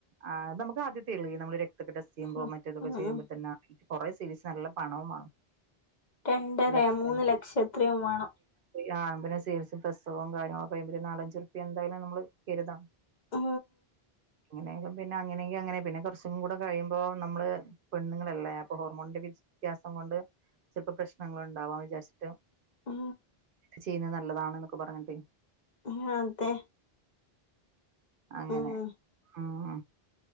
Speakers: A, on the right; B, on the left.
A: ആ നമുക്ക് ആദ്യത്തെയൊള്ളൂ ഈ നമ്മളു രക് തോക്കെ ടെസ്റ്റ് ചെയ്യുമ്പോ
B: ഉം
A: മറ്റേതൊക്കെ ചെയ്യുമ്പോ
B: ഉം
A: തന്നെ കുറെ സീരീസ് നല്ല പണവുമാണ്
B: രണ്ടരയാ
A: ലക്ഷങ്ങള്
B: മൂന്ന് ലക്ഷത്രയും വേണം
A: ആ പിന്നെ സേസും പ്രസവവും കാര്യങ്ങളൊക്കെയുമമ്പത്തേക്ക് നാലഞ്ചുറുപ്പി എന്തായാലും നമ്മള് കരുതാം.
B: ആ
A: അങ്ങനെയും പിന്നെ അങ്ങനെങ്കി അങ്ങനെ പിന്നെ കുറച്ചും കൂടെ കഴ്യുമ്പോ നമ്മള് പെണ്ണുങ്ങള് അല്ലേ അപ്പൊ ഹോർമോണിന്റെ വ്യത്യാസം കൊണ്ട് ചിലപ്പോ പ്രശ്നങ്ങളുണ്ടാവും അഹ് വിചാരിച്ചിട്ട്
B: ആ
A: ചെയ്യുന്നത് നല്ലതാണെന്നൊക്കെ പറഞ്ഞട്ടെ
B: ആ അതെ
A: അങ്ങനെ
B: ഉം
A: ഉം